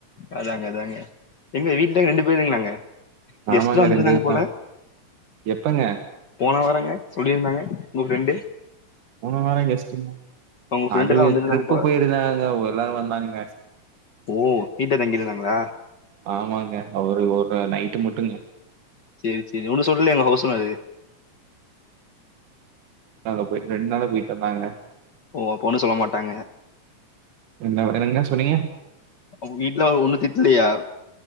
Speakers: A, on the left (about 55°); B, on the right (about 75°).
A: அதாங்க அதாங்க எங்க வீட்ல ரெண்டு பேருங்களாங்க கெஸ்ட்லா
B: ஆமாங்க
A: வந்துருந்தாங்க
B: ரெண்டு பேர்
A: போல
B: தா எப்பங்க
A: போன வாரங்க சொல்லியிருந்தாங்க உங்க ஃப்ரெண்ட்டு
B: போன வாரம் கெஸ்டுங்க
A: அவங்க ஃப்ரெண்டெல்லா
B: அதுக
A: வந்துருந்தாங்க
B: ட்ரிப்பு
A: போல
B: போயிருந்தாங்கங்க ஒருநாள் வந்தாங்கங்க
A: ஓ கீட்ட தங்கியிருந்தாங்களா
B: ஆமாங்க அவரு ஒரு நைட்டு மட்டுங்க
A: சேரி சேரி ஒன்னு சொல்லயாங்க ஹவுஸ் ஓனரு
B: நாங்க போயி ரெண் நாளா போயிட்டு வந்தாங்க
A: ஓ அப்போ ஒன்னும் சொல்ல மாட்டாங்க
B: என்ன ஒரு என்னங்க சொன்னீங்க
A: அவங்க வீட்ல ஒன்னும் திட்லயா